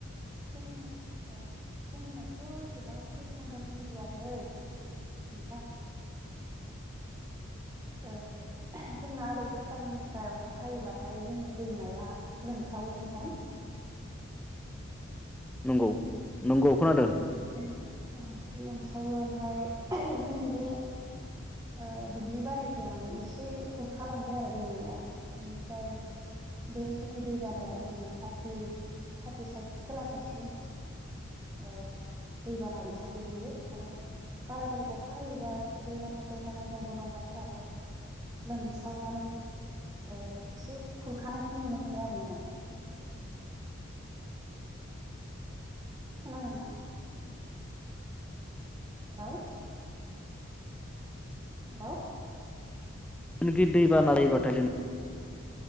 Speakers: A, on the right; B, in the centre.
A: जोंनियाव
B: <inaudible>
A: औ जोंनियावथ' एसेबां गिख्रंथाव सोमजियाखै नोंथां ओ जोंना ओरै भुटाननिफ्राय अखा हायोबाथाय जोंनि दैमाया लोमसावो नोंथां।
B: नंगौ नंगौ खोनादों।
A: ओमफाय ओ लोमसावो ओमफ्राय <unintelligible> जोंनि बे ओ दुब्लि बारिखौ माने एसे खुरखालांबाय आरो दैमाया। बेनि ओमफ्राय बे जोंनि दैबानाया ओजों पाति पाति साइद खोला साइदथिं ओ दैबाना लोमसावहैजोबो। आरो बाराद्राय अखा हायोबा बे न' खाथियाव थानाय दंग' दंला फोराबो लोमसावनानै ओ एसे खुरखानायखौ नुनो मोनो आरो नोंथा। खोनादोंना? हेलौ। हेलौ।
B: जानोखि दैबाना जायोबाथाय जों